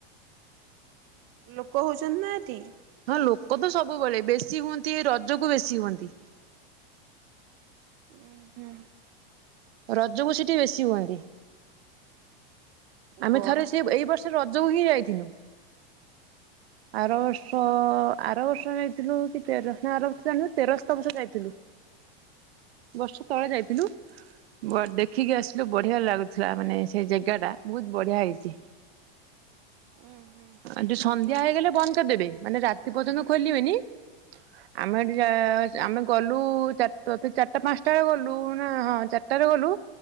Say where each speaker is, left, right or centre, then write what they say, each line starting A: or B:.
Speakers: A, on the right; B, on the right.
A: ଲୋକ ହୋଉଚନ୍ତି ନା <inaudible>
B: ହଁ ଲୋକ ତ ସବୁବେଳେ ବେଶୀ ହୁଅନ୍ତି ଏଇ ରଜ କୁ ବେଶୀ ହୁଅନ୍ତି।
A: ଉଁ ହୁଁ।
B: ରଜକୁ ସେଇଠି ବେଶୀ ହୁଅନ୍ତି। ଆମେ
A: ଗର
B: ଥରେ ସେ ଏଇ ବର୍ଷ ରଜକୁ ହିଁ ଯାଇଥିନୁ। ଆର ବର୍ଷ ଆର ବର୍ଷ ଯାଇଥିଲୁ କି ତେର ନା ଆର ବର୍ଷ ଜାଇନୁ ତେରଶ୍ତ ବର୍ଷ ଯାଇଥିଲୁ। ବର୍ଷ ତଳେ ଯାଇଥିଲୁ ବ ଦେଖିକି ଆସିଲୁ ବଢିଆ ଲାଗୁଥିଲା ମାନେ ସେ ଜେଗା ଟା। ବହୁତ ବଢିଆ ହେଇଚି।
A: ଉଁ ହୁଁ।
B: ଏଠି ସନ୍ଧ୍ୟା ହେଇଗଲେ ବନ୍ଦ କରିଦେବେ ମାନେ ରାତି ପର୍ଯ୍ୟନ୍ତ ଖୋଲିବେନି। ଆମେ ଏଠି ଯା ଆମେ ଗଲୁ ଚାରିଟା ବୋଧେ ଚାରିଟା ପାଞ୍ଚଟା ବେଳେ ଗଲୁ ନା ହଁ ଚାର ସାତଟାରେ ଗଲୁ